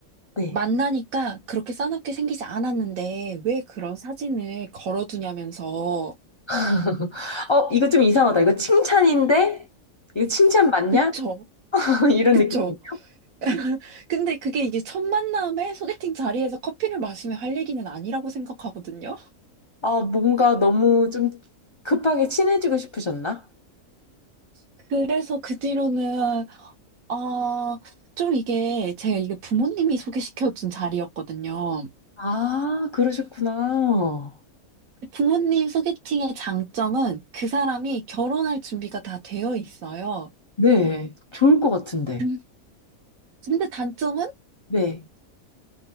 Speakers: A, on the left; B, on the right.
A: 네.
B: 만나니까 그렇게 싸납게 생기지 않았는데 왜 그런 사진을 걸어두냐면서.
A: <laughs> 어, 이거 좀 이상하다. 이거 칭찬인데? 이거 칭찬 맞냐?
B: 그쵸?
A: <laughs> 이런
B: 그쵸?
A: 느낌이에요?
B: <laughs> 근데 그게 이제 첫 만남에 소개팅 자리에서 커피를 마시며 할 얘기는 아니라고 생각하거든요.
A: 아, 뭔가 너무 좀 급하게 친해지고 싶으셨나?
B: 그래서 그 뒤로는 아, 좀 이게 제가 이게 부모님이 소개시켜준 자리였거든요.
A: 아, 그러셨구나.
B: 부모님 소개팅의 장점은 그 사람이 결혼할 준비가 다 되어 있어요.
A: 네, 좋을 것 같은데.
B: 근- 근데 단점은
A: 네.